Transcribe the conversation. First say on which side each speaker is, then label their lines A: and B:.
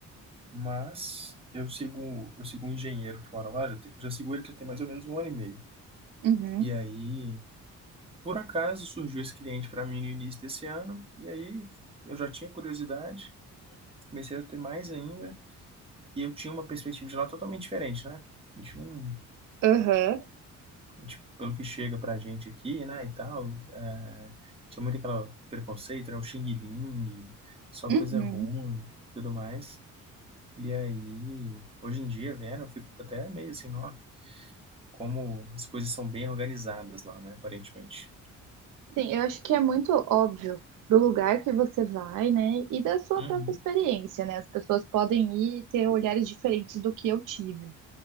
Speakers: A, on the right; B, on the right.
A: Mas eu sigo, eu sigo um engenheiro que mora lá, já, tem- já sigo ele já tem mais ou menos um ano e meio.
B: uhum,
A: E aí, por acaso, surgiu esse cliente para mim no início desse ano, e aí eu já tinha curiosidade, comecei a ter mais ainda, e eu tinha uma perspectiva de lá totalmente diferente, né? A gente não
B: aham,
A: tipo, pelo que chega pra gente aqui, né, e tal, é, tinha muito aquele preconceito, né, o Xing Ling, só coisa
B: uhum,
A: ruim, tudo mais. E aí, hoje em dia, vendo, eu fico até meio assim, ó, como as coisas são bem organizadas lá, né, aparentemente.
B: Sim, eu acho que é muito óbvio do lugar que você vai, né? E da sua
A: Uhum,
B: própria experiência, né? As pessoas podem ir e ter olhares diferentes do que eu tive.